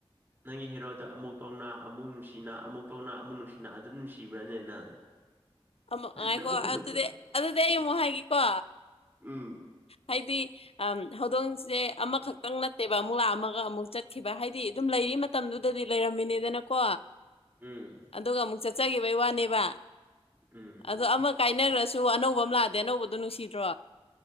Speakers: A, on the right; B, on the left.
A: ꯅꯪꯒꯤ ꯍꯦꯔꯥꯎꯗ ꯑꯃꯨꯛ ꯇꯧꯅꯥ ꯑꯃꯨꯛ ꯅꯨꯡꯁꯤꯅ ꯑꯃꯨꯛ ꯇꯧꯅꯥ ꯑꯃꯨꯛ ꯅꯨꯡꯁꯤꯅ ꯑꯗꯨ ꯅꯨꯡꯁꯤꯕ꯭ꯔꯅꯦ ꯅꯪ
B: ꯑꯃꯛꯉꯥꯏꯀꯣ
A: ꯅꯪꯉꯣꯟꯗ
B: ꯑꯗꯨꯗꯤ ꯑꯗꯨꯗꯤ ꯑꯩ ꯑꯃꯨꯛ ꯍꯥꯏꯒꯦꯀꯣ
A: ꯎꯝ
B: ꯍꯥꯏꯗꯤ ꯑ ꯍꯧꯗꯣꯡꯁꯦ ꯑꯃꯈꯛꯇꯪ ꯅꯠꯇꯦꯕ ꯑꯃꯨꯛ ꯂꯥꯛꯑꯝꯃꯒ ꯑꯃꯨꯛ ꯆꯠꯈꯤꯕ ꯍꯥꯏꯗꯤ ꯑꯗꯨꯝ ꯂꯩꯔꯤ ꯃꯇꯝꯗꯨꯗꯗꯤ ꯂꯩꯔꯝꯃꯤꯅꯤꯗꯅꯀꯣ
A: ꯎꯝ
B: ꯑꯗꯨꯒ ꯑꯃꯨꯛ ꯆꯠꯆꯈꯤꯕꯩ ꯋꯥꯅꯦꯕ
A: ꯎꯝ
B: ꯑꯣ ꯑꯃ ꯀꯥꯏꯅꯈ꯭ꯔꯁꯨ ꯑꯅꯧꯕ ꯑꯃ ꯂꯥꯛꯗꯦ ꯑꯅꯧꯕꯗꯣ ꯅꯨꯡꯁꯤꯗ꯭ꯔꯣ